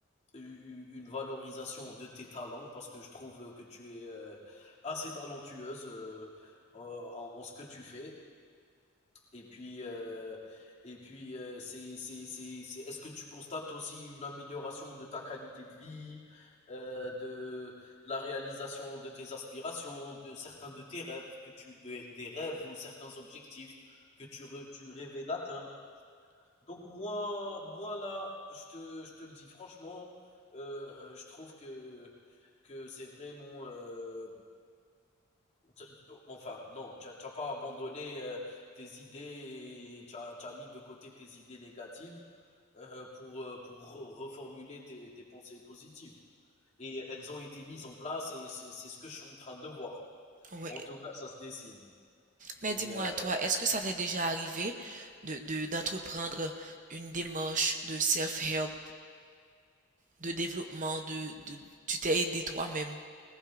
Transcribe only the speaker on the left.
u- une valorisation de tes talents parce que je trouve que tu es euh, assez talentueuse euh, en, en ce que tu fais. Et puis, euh, et puis euh, c'est, c'est, c'est, c'est- est-ce que tu constates aussi une amélioration de ta qualité de vie, euh, de la réalisation de tes aspirations, de certains de tes rêves, que tu, des des rêves ou certains objectifs que tu, re- tu rêvais d'atteindre? Donc moi, moi là, je te, je te le dis franchement, euh, je trouve que, que c'est vraiment... euh, t- enfin, non, tu n'as pas abandonné euh, tes idées et tu as, tu as mis de côté tes idées négatives euh, pour, euh, pour re- reformuler tes, tes pensées positives. Et elles ont été mises en place et c'est c'est ce que je suis en train de voir.
En tout cas, ça se dessine.
Mais
euh,